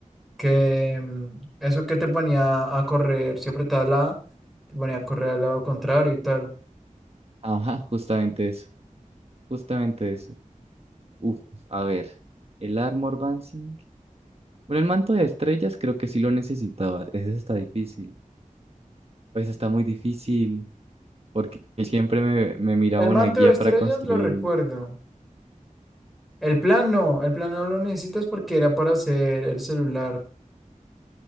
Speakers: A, in the centre; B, on the right.
A: que mm, eso que te ponía a correr, si apretabas la A, te ponía a correr al lado contrario y tal.
B: Ajá, justamente eso. Justamente eso. Uf, a ver. El Armor Dancing. Bueno, el manto de estrellas creo que sí lo necesitaba Ese está difícil. Pues está muy difícil. Porque siempre me, me miraba
A: El
B: una
A: manto
B: guía
A: de estrellas
B: para construir.
A: lo recuerdo. El plan no, el plan no lo necesitas porque era para hacer el celular.